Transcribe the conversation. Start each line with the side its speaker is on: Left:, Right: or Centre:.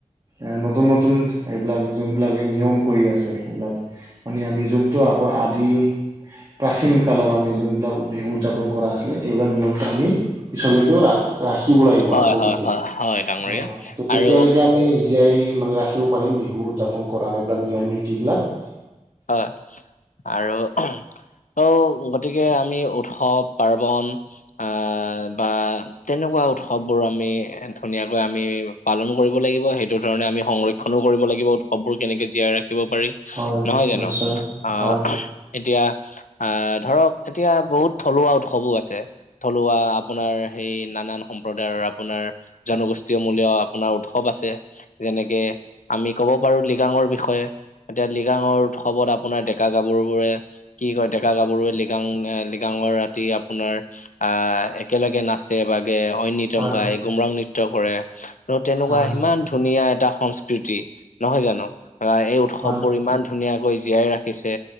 Right: এ নতুন নতুন এইবিলাক যোনবিলাক নিয়ম কৰি আছে এইবিলাক। আমি আমি যোনটো আগৰ আদি। প্ৰাচীন কালৰ আমি যোনবিলাক বিহু উদযাপন কৰা আছিলে এইবিলাক নিয়ম আমি পিছলৈকেও ৰাখো। ৰাখিব লাগিব
Left: হয়
Right: আগলৈকে
Left: হয় হয় হয় ডাঙৰীয়া
Right: অ ত তেতিয়ালৈকে
Left: আৰু
Right: আমি। জীয়াই মানে ৰাখিব পাৰিম বিহু উদযাপন কৰা এইবিলাক নিয়ম নীতিবিলাক।
Left: হয় আৰু অঔগতিকে আমি উৎসৱ -পাৰ্বন। আহ বা তেনেকুৱা উৎসৱ বোৰ আমি ধুনীয়াকৈ আমি। পালন কৰিব লাগিব। সেইটো ধৰণে আমি সংৰক্ষণো কৰিব লাগিব উৎসৱবোৰ কেনেকে জীয়াই ৰাখিব পাৰি।
Right: হয়
Left: নহয় জানো?
Right: নিশ্চয়
Left: অ
Right: হয়
Left: অহ। এতিয়া আহ ধৰক এতিয়া বহুত থলুৱা উৎসৱো আছে। থলুৱা আপোনাৰ সেই নানান সম্প্ৰদায়ৰ আপোনাৰ জনগোষ্ঠীয় মূলীয় আপোনাৰ উৎসৱ আছে। যেনেকে আমি ক'ব পাৰোঁ লৃগাঙৰ বিষয়ে এতিয়া লৃ গাঙৰ উৎসৱত আপোনাৰ ডেকা গাভৰু বোৰে কি কয় ডেকা গাভৰুৱে লৃগাং এ লৃগাঙৰ ৰাতি আপোনাৰ আহ একেলগে নাচে বা ঐনিতম
Right: হয়
Left: গাই, গুমৰাং নৃত্য কৰে। আৰু তেনেকুৱা
Right: হয়
Left: সিমান ধুনীয়া এটা সংস্কৃতি, নহয় জানো? ধৰা এই উৎ
Right: হয়।
Left: ইমান ধুনীয়াকৈ জীয়াই ৰাখিছে।